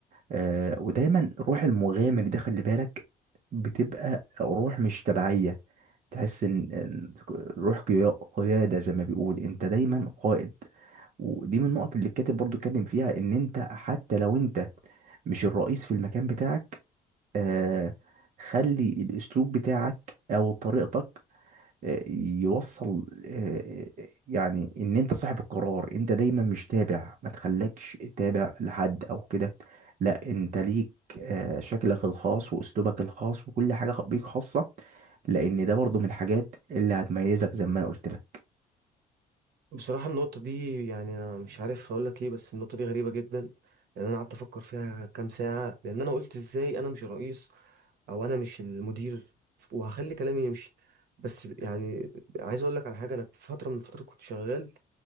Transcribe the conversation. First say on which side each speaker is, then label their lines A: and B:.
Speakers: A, on the right; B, on the right.
A: آه، ودايما روح المغامر ده خلي بالك بتبقى روح مش تبعية تحس ان إن روح قيا- قيادة زي ما بيقول انت دايما قائد ودي من النقط اللي الكاتب برضو اتكلم فيها ان انت حتى لو انت مش الرئيس في المكان بتاعك آه خلي الاسلوب بتاعك او طريقتك آه، يوصل آه، آه، يعني ان انت صاحب القرار انت دايما مش تابع ما تخليكش تابع لحد او كده لا انت ليك آه، شكلك الخاص واسلوبك الخاص وكل حاجة خ- بيك خاصة لان ده برضو من الحاجات اللي هتميزك زي ما انا قلت لك
B: بصراحة النقطة دي يعني انا مش عارف اقول لك ايه بس النقطة دي غريبة جدا لان انا قعدت افكر فيها كام ساعة لان انا قلت ازاي انا مش الرئيس او انا مش المدير وهخلي كلامي يمشي بس يعني عايز اقول لك على حاجة انا في فترة من الفترات كنت شغال